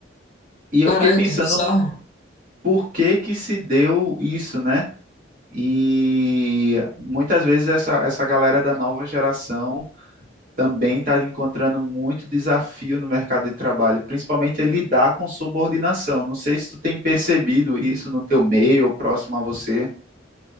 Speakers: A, on the right; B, on the left.
A: E eu
B: Carai,
A: fiquei pensando
B: que bizarro.
A: por que que se deu isso, né? E muitas vezes essa, essa galera da nova geração também está encontrando muito desafio no mercado de trabalho, principalmente é lidar com subordinação. Não sei se tu tem percebido isso no teu meio ou próximo a você.